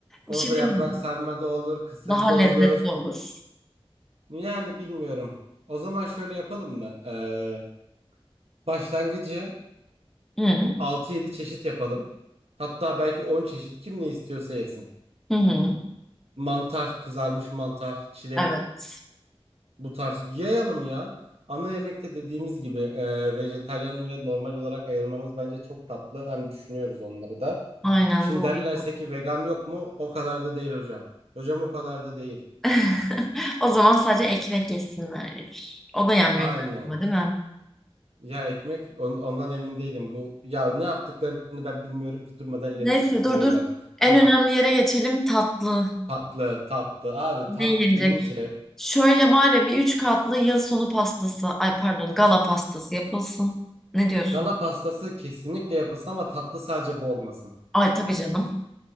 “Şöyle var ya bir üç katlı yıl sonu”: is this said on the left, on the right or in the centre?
Centre